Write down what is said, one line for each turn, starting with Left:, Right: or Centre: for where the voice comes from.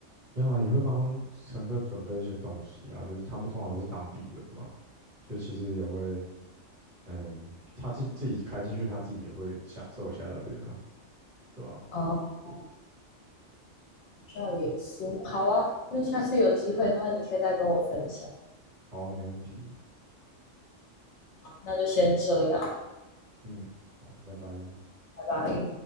Right: 没有啊，也会帮他们乘客准备一些东西啊，就是他们通常是当地人嘛，所以其实也会，嗯，他进自己开进去，他自己也会享受一下那边啊，对吧？
Left: 哦，好像也是。好啊，那下次有机会的话，你可以再跟我分享。
Right: 好啊，没问题，
Left: 那就先这样，
Right: 嗯，好，拜拜。
Left: 拜拜。